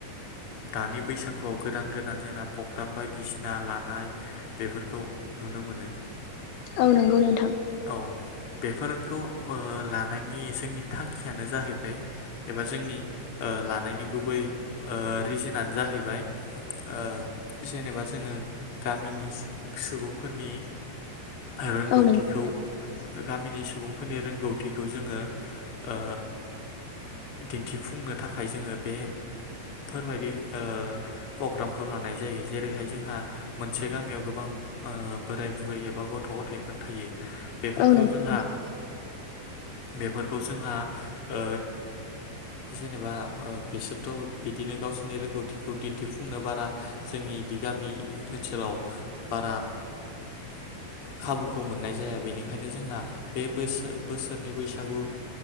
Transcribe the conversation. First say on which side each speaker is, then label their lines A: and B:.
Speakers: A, on the left; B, on the left.
A: दानि बैसागुआव गोदान गोदान जोंना प्रग्राम बायदिसिना लानाय बेफोरखौ नुनो मोनो।
B: औ नंगौ नोंथां।
A: औ बेफोरखौ ओ लानायनि जोंनि थांखियानो जाहैबाय एबा जोंनि ओ ला नायनि गुबै ओ रिजोनानो जाहैबाय ओ जेनेबा जोङो गामिनि सुबुंफोरनि रोंगौथिखौ
B: औ नंगौ
A: गामिनि सुबुं फोरनि रोंगौथिखौ जोङो ओ दिन्थिफुंनो थाखाय जोङो बे फोरबायदि ओ प्रग्रामखौ लानाय जायो जेरैहाय जोंहा मोनसे गामियाव गोबां ओ बोराय बुरै एबा गथ' गथाइफोर थायो। बेफोरखौ
B: औ नंगौ
A: जोंहा
B: नोंथां
A: बेफोरखौ जोंहा ओ जेनेबा ओ बिसोरथ' बिदिनो गावसोरनि रोंगौथिखौ दिन्थिफुंनो बारा जोंनि बिदि गामि ओनसोलाव बारा खाबुखौ मोननाय जाया बेनिखायनो जोंना बे बोसोर बोसोरनि बैसागु ओ